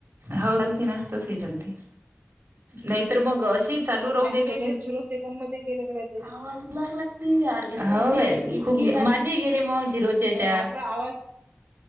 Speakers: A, on the right; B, on the right.
A: हो गलती ना तसही गलती नाहीतर मग
B: हं.
A: अशी चालू राहू
B: माझी
A: देली.
B: तर लय झिरो सेकंद मध्ये गेले गड्या ताई
A: आवाज <unintelligible> <unintelligible> हो खूप माझे गेले मग झिरोच्या याच्यात
B: नाही आपला आवाज